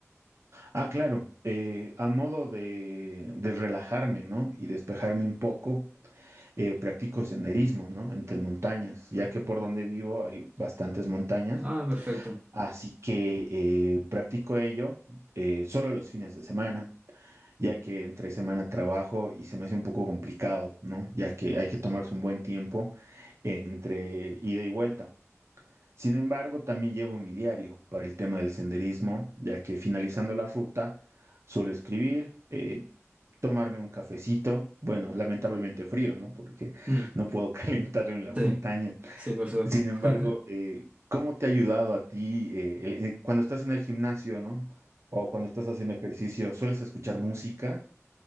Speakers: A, on the right; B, on the right.
A: Ah, claro, eh, a modo de, de relajarme, ¿no? Y despejarme un poco, eh, practico senderismo, ¿no? Entre montañas, ya que por donde vivo hay bastantes montañas,
B: Ah, perfecto.
A: así que eh, practico ello eh, solo los fines de semana. ya que entre semana trabajo y se me hace un poco complicado, ¿no? Ya que hay que tomarse un buen tiempo entre ida y vuelta. Sin embargo, también llevo mi diario para el tema del senderismo, ya que finalizando la ruta suelo escribir, eh, tomarme un cafecito, bueno, lamentablemente frío, ¿no? Porque
B: Mm,
A: no puedo <laughs> calentarlo en la montaña.
B: sí, sí, perfecto.
A: Sin embargo,
B: <laughs>
A: eh, ¿cómo te ha ayudado a ti eh, el- eh, cuando estás en el gimnasio, ¿no? O cuando estás haciendo ejercicio, ¿sueles escuchar música?